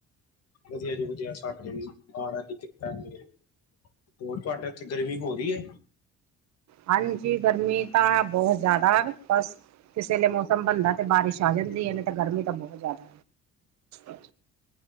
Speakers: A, on the left; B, on the right.
A: ਵਧੀਆ ਜੀ ਵਧੀਆ ਸਾਡੇ ਵੀ ਮਹਾਰਾਜ ਦੀ ਕਿਰਪਾ ਹੈ। ਹੋਰ ਤੁਹਾਡੇ ਉੱਥੇ ਗਰਮੀ ਹੋ ਰਹੀ ਹੈ।
B: ਹਾਂਜੀ ਗਰਮੀ ਤਾਂ ਹੈ ਬਹੁਤ ਜ਼ਿਆਦਾ ਬਸ। ਅਤੇ ਵੇਲੇ ਮੌਸਮ ਬਣਦਾ ਤਾਂ ਬਾਰਿਸ਼ ਆ ਜਾਂਦੀ ਹੈ ਨਹੀਂ ਤਾਂ ਗਰਮੀ ਤਾਂ ਬਹੁਤ ਜ਼ਿਆਦਾ। ਅੱਛਾ